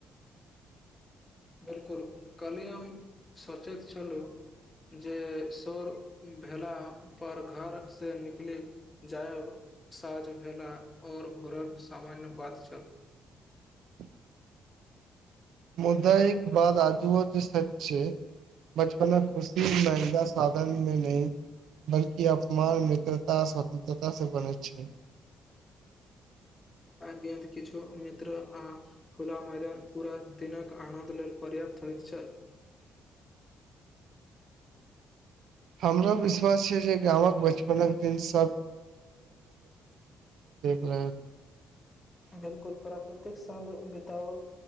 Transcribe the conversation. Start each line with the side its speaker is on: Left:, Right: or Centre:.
Left: बिलकुल कली हम सोचेत छलों जे शोर भेला पर घर से निकलि जायब साँझ भेला और घोरल सामान्य बात चल
Right: <inaudible> मुदा एक बाद आजूऔ जे सच छै बचपनाक खुशी महंगा साधन मे नइ बल्कि अपमान मित्रता स्वतन्त्रता से बनेैत छै
Left: गेन्द्र किछु मित्र आ खुला मैदान पूरा दिनक आनन्द लेल पर्याप्त होइत छल <unintelligible>
Right: ह <unintelligible> हमरो विश्वास छैक जे गामक बचपनक देख रहल
Left: बिलकुल प्राकृतिक बिताओल